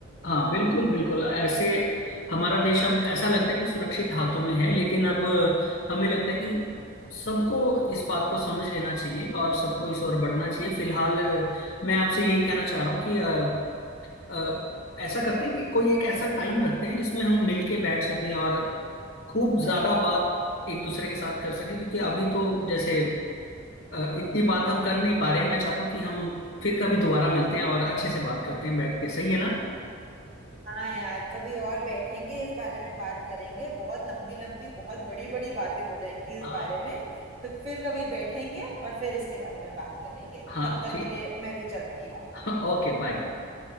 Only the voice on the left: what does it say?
हाँ बिल्कुल बिल्कुल ऐसे हमारा देश अब ऐसा लगता है कि सुरक्षित हाथों में है लेकिन अब हमें लगता है कि सबको इस बात को समझ लेना चाहिए और सबको इस ओर बढ़ना चाहिए फिलहाल मैं आपसे यही कहना चाह रहा हूँ कि अ, ऐसा करते हैं कि कोई एक ऐसा टाइम रखते हैं जिसमें हम मिल के बैठ सकें और खूब ज्यादा बात एक दूसरे के साथ कर सकें क्योंकि अभी तो जैसे अ, इतनी बात हम कर नहीं पा रहे हैं मैं चाहता हूँ कि हम फिर कभी दोबारा मिलते हैं और अच्छे से बात करते हैं बैठ के सही है ना
हाँ
हाँ
ठीक
<laughs> Okay bye